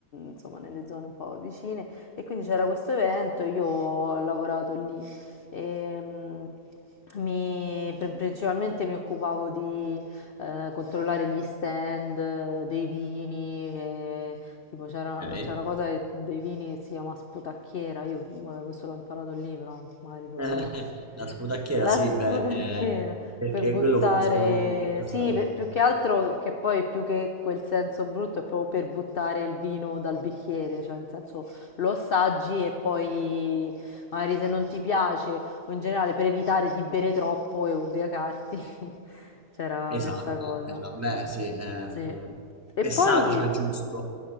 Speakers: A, on the left; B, on the right.
A: insomma nelle zone un po' vicine, e quindi c'era questo evento, io ho lavorato lì. E, mh, mi- pr- principalmente mi occupavo di eh, controllare gli stand eh, dei vini, e Tipo c'era
B: ok.
A: una, c'è una cosa che- dei vini che si chiama sputacchiera, io vabbè, questo l'ho imparato al libro, magari
B: <laughs>
A: tu la
B: Eh,
A: conosci.
B: La sputacchiera
A: La
B: sì,
A: sputacchiera
B: beh, eh, perché
A: per buttare,
B: quello funziona anche giustamente.
A: sì, pe- più che altro che poi più che quel senso brutto è proprio per buttare il vino dal bicchiere, cioè nel senso lo assaggi e poi magari se non ti piace o in generale per evitare di bere troppo e ubriacarti, <laughs> c'era
B: Esatto,
A: questa cosa.
B: esatto. Beh, sì, eh,
A: Sì.
B: mm,
A: E
B: è
A: poi
B: saggio e giusto.